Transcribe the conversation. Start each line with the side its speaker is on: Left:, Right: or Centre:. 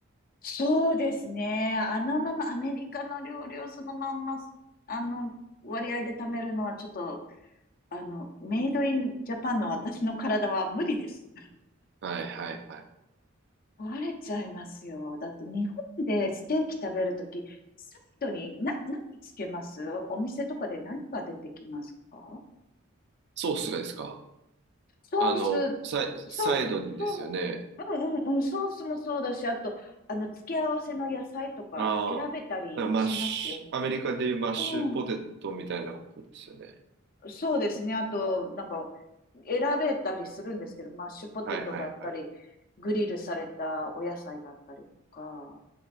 Left: そうですね。あのまま、アメリカの料理をそのまんま、あの、割合で貯めるのはちょっと、あの、メイドインジャパンの私の体は無理です。
Right: はい、はい、はい。
Left: 壊れちゃいますよ。だって日本でステーキ食べるとき、サイドにな、何つけますお店とかで何が出てきますか
Right: ソースがですか
Left: ソース、
Right: あの、サイ、
Left: ソース、
Right: サイドにですよね。
Left: そう、うんうんうん、ソースもそうだし、あと、あの、付け合わせの野菜とか選べたりしますよね。
Right: ああ、なんかマッシュ、アメリカでいうマッシュポテトみたいなことですよね。
Left: うん。そうですね。あと、なんか、選べたりするんですけど、マッシュポテトだったり、
Right: はいはいはい。
Left: グリルされたお野菜だったりとか、